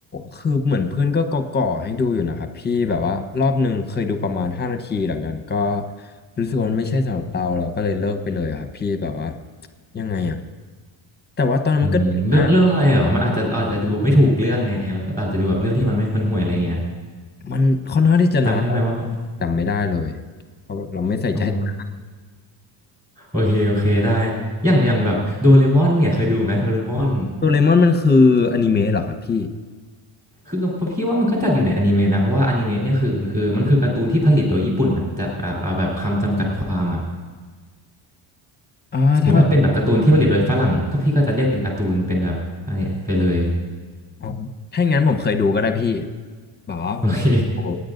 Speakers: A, on the left; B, on the right.
A: คือเหมือนเพื่อนก็ก่อก่อให้ดูอยู่นะครับพี่แบบว่ารอบหนึ่งเคยดูประมาณห้านาทีหลังจากนั้นก็รู้สึกว่ามันไม่ใช่สำหรับเราเราก็เลยเลิกไปเลยอะครับพี่แบบว่ายังไงอะแต่ว่าตอนนั้นมันก็เด็กมาก
B: อืมเรื่องเรื่องอะไรเหรอมันอาจจะอาจจะดูไม่ถูกเรื่องไงอาจจะดูแบบเรื่องที่มันไม่มันห่วยอะไรอย่างเงี้ย
A: มันค่อนข้างที่จะนานเรา
B: จำได้ไหมว่ามัน
A: จำไม่ได้เลยเพราะเราไม่ใส่ใจตัว
B: อ๋อ โอเคโอเคได้ อย่างอย่างแบบโดเรมอนเนี่ยเคยดูไหมโดเรมอน
A: โดเรมอนมันคืออนิเมะเหรอครับพี่
B: คือพี่ว่ามันก็จัดอยู่ในอนิเมะนะเพราะว่าอนิเมะเนี่ยคือมันคือมันคือการ์ตูนที่ผลิตโดยญี่ปุ่นนะจากเอาเอาแบบคำจำกัดความอ่ะ
A: อ่าถ้า
B: สมมติถ้าเป็นแบบการ์ตูนที่ผลิตโดยฝรั่งก็พี่ก็จะเรียกเป็นการ์ตูนเป็นแบบอันเนี้ยไปเลย
A: อ๋อถ้าอย่างนั้นผมเคยดูก็ได้พี่ แบบว่าผมโอ้โห
B: โอเค